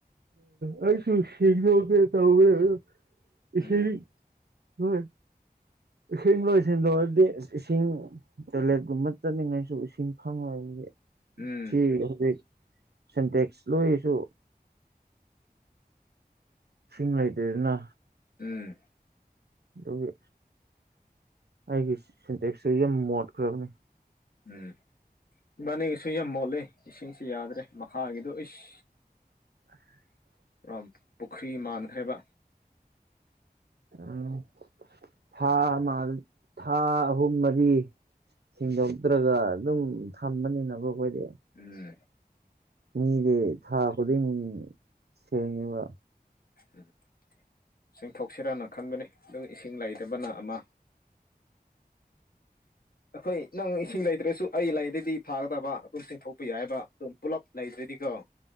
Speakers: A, on the right; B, on the left.
A: ꯑ ꯑꯩꯁꯨ ꯏꯁꯤꯡ ꯂꯧꯒꯦ ꯇꯧꯋꯦ ꯏꯁꯤꯡ
B: ꯎꯝ
A: <unintelligible> ꯏꯁꯤꯡ ꯂꯣꯏꯁꯤꯟꯂꯣꯗꯤ ꯏꯁꯤꯡ ꯇꯣꯏꯂꯦꯠꯀꯨꯝꯕ ꯆꯠꯅꯤꯡꯉꯥꯏꯁꯨ ꯏꯁꯤꯡ ꯐꯪꯉꯕꯗꯤ
B: ꯎꯝ
A: ꯁꯤ ꯍꯧꯖꯤꯛ ꯁꯦꯟꯇꯦꯛꯁ ꯂꯣꯏꯁꯨ ꯏꯁꯤꯡ ꯂꯩꯇꯦꯗꯅ
B: ꯎꯝ
A: ꯑꯗꯨꯒꯤ ꯑꯩꯒꯤ ꯁꯤꯟꯇꯦꯛꯁꯇꯨ ꯌꯥꯝ ꯃꯣꯠꯈ꯭ꯔꯕꯅꯤ
B: ꯎꯝ ꯏꯕꯥꯅꯤꯒꯤꯁꯦ ꯌꯥꯝ ꯃꯣꯠꯂꯦ ꯏꯁꯤꯡꯁꯤ ꯌꯥꯗ꯭ꯔꯦ ꯃꯈꯥꯒꯤꯗꯣ ꯎꯩꯁ
A: ꯑ <inaudible>
B: ꯄꯔꫭꯝ ꯄꯨꯈ꯭ꯔꯤ ꯃꯥꯟꯈ꯭ꯔꯦꯕ
A: ꯎꯝ
B: <inaudible>
A: ꯊꯥ ꯑꯃ ꯊꯥ ꯑꯍꯨꯝ ꯃꯔꯤ ꯁꯦꯡꯗꯣꯛꯇ꯭ꯔꯒ ꯑꯗꯨꯝ ꯊꯝꯕꯅꯤꯅꯀꫭ ꯑꯩꯈꯣꯏꯗꯤ
B: ꯎꯝ
A: ꯃꯤꯗꯤ ꯊꯥ ꯈꯨꯗꯤꯡ ꯁꯦꯡꯉꯦꯕ
B: ꯎꯝ ꯁꯦꯡꯊꯣꯛꯁꯤꯔꯅ ꯈꯟꯕꯅꯦ ꯑꯗꯨꯒ ꯏꯁꯤꯡ ꯂꯩꯇꯕꯅ ꯑꯃ ꯑꯩꯈꯣꯏ ꯅꯪ ꯏꯁꯤꯡ ꯂꯩꯇ꯭ꯔꯁꯨ ꯑꯩ ꯂꯩꯔꯗꯤ ꯐꯥꯒꯗꯕ ꯑꯗꯨꯝ ꯆꯤꯡꯊꯣꯛꯄ ꯌꯥꯏꯑꯦꯕ ꯑꯗꯨꯝ ꯄꯨꯜꯂꯞ ꯂꯩꯇ꯭ꯔꯗꯤꯀꯣ <inaudible>